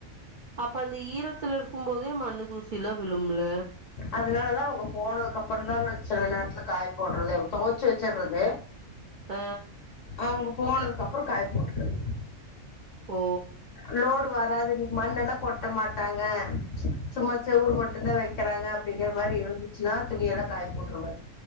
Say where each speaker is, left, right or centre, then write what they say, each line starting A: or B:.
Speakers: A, on the right; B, on the left.
A: அப்ப அந்த ஈரத்துல இருக்கும் போதே மண்ணு தூசி எல்லா விழுமில்ல
B: அதுனாலதா அவுங்க போனதுக்கப்பறந்தா நா சில நேரத்துல காய போட்றதே தொவச்சு வெச்சட்றது
A: அ
B: அவங்க போனதுக்கப்பறோ காய போட்டுக்கற்து
A: ஓ
B: லோடு வராது இன்னிக் மண்ணெல்லா கொட்ட மாட்டாங்க சும்மா செவுரு மட்டுந்தா வெக்கறாங்க அப்டிங்கிற மாரி இருந்துச்சுன்னா துணியெல்லா காய போட்ருவே